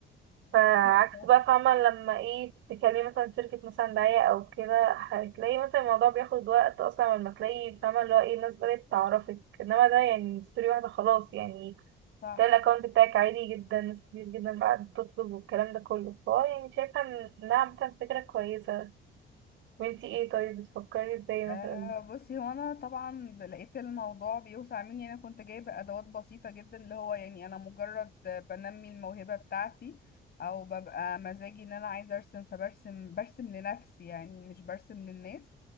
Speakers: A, on the right (about 85°); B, on the left (about 55°).
A: فعكس
B: ايوه صح
A: بقى فاهمة لما ايه تكلمي مثلا شركة مثلا دعاية أو كده هتلاقي مثلا الموضوع بياخد وقت أصلا لما تلاقي فاهمة اللي هو ايه الناس بدأت تعرفك انما ده يعني ستوري واحدة خلاص يعني
B: صح
A: تلاقي الأكونت بتاعك عالي جدا ناس كتير جدا بقى بتطلب والكلام ده كله فهو يعني شايفة إن- إنها عامة فكرة كويسة وانتي ايه طيب بتفكري ازاي
B: آه
A: مثلا
B: بصي هو انا طبعا ب- لقيت الموضوع بيوسع مني انا كنت جايبه ادوات بسيطه جدا اللي هو يعني انا مجرد بنمي الموهبه بتاعتي او ببقى مزاجي ان انا عايزه ارسم فبرسم برسم لنفسي يعني مش برسم للناس